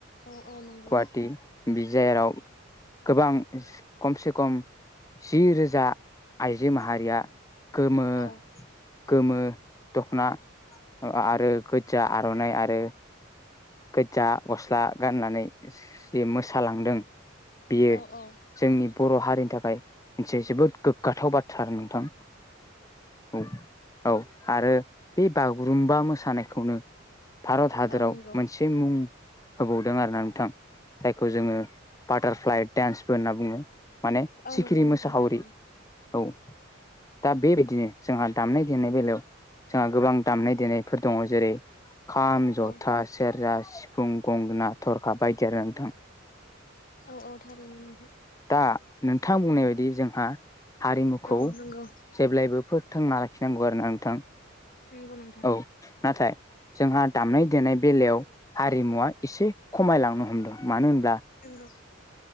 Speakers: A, on the left (about 45°); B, on the left (about 15°).
A: औ औ नोंगौ
B: गुवाहाटि बि जेराव गोबां खमसे खम जि रोजा आइजो माहारिया गोमो
A: औ
B: गोमो दख'ना आरो गोजा आर'नाइ आरो गोजा गस्ला गाननानै जि मोसालांदों बियो
A: औ औ
B: जोंनि बर' हारिनि थाखाय जोबोद गोग्गाथाव बाथ्रा नोंथां औ औ आरो बे बागुरुम्बा मोसानायखौनो भारत हादराव
A: औ नंगौ
B: मोनसे मुं होबावदों आरोना नोंथां जायखौ जोङो बाटारफ्लाइ डेन्स बुङो माने
A: औ
B: सिखिरि
A: नंगौ नोंथां
B: मोसाहावरि
A: थारैनो
B: औ दा बेबायदिनो जोंहा दामनाय देनाय बेलायाव जोंहा गोबां दामनाय देनायफोर दङ जेरै खाम जथा
A: औ
B: सेरजा सिफुं गंगोना थरखा बायदि आरो नोंथां
A: औ औ थारैनो नोंथां
B: दा नोंथां बुंनाय बायदि जोंहा हारिमुखौ
A: औ नंगौ
B: जेब्लायबो थांन लाखिनांगौ आरो ना नोंथां
A: नोंगौ नोंथां
B: औ नाथाय जोंहा दामनाय देनाय बेलायाव हारिमुवा इसे खमायलांनो हमदों मानो होन
A: नोंगौ